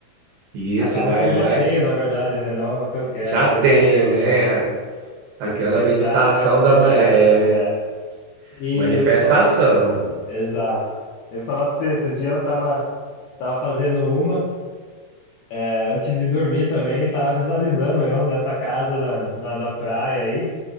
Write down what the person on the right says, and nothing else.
Isso,
vai,
vai.
Já
tenho,
né?
Aquela
meditação
da. ma-
É...
Manifestação,
meu brother.